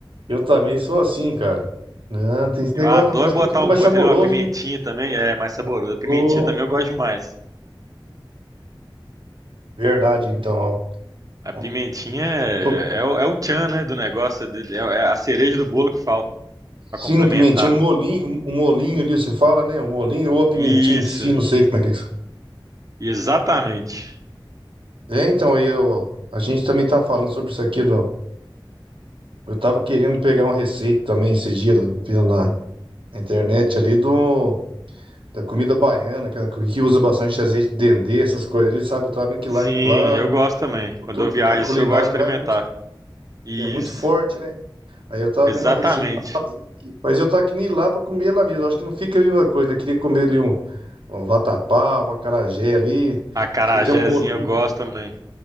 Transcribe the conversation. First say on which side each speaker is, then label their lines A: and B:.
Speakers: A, on the right; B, on the right.
A: eu também sou assim, cara. Não, tem esse
B: Eu
A: negócio,
B: adoro
A: não. Parece
B: botar
A: que fica
B: um
A: mais
B: molho,
A: saboroso,
B: entendeu? Uma pimentinha
A: né?
B: também é mais saborosa. A pimentinha
A: Ô,
B: também eu gosto demais.
A: verdade, então, ó.
B: A pimentinha
A: Ó,
B: é,
A: tô-
B: é, o é o tchan, né, do negócio, é, de- é é a cereja do bolo que falta pra
A: Sim,
B: complementar.
A: a pimentinha, um molinho, um um molinho ali, você fala, né? Um molinho ou a pimentinha
B: Isso,
A: em si, não sei como é que é isso.
B: exatamente.
A: É, então, e eu, a gente também tava falando sobre isso aqui, do, eu tava querendo pegar uma receita também esses dias, viu, na, na internet ali, do, da comida baiana, que, que usa bastante azeite de dendê, essas coisas ali, sabe? Eu tava vendo que
B: Sim,
A: lá, lá
B: eu
A: a
B: gosto também.
A: cultu-
B: Quando eu viajo,
A: a culinária
B: assim, eu gosto de experimentar.
A: lá é muito.
B: Isso,
A: É muito forte, né? Aí eu tava
B: exatamente.
A: vendo a receita. Mas eu tava querendo ir lá pra comer lá mesmo. Acho que não fica a mesma coisa, né? Queria comer ali um, um vatapá, um acarajé ali.
B: A Acarajézinho
A: Diz que tem um bolinho.
B: eu gosto também.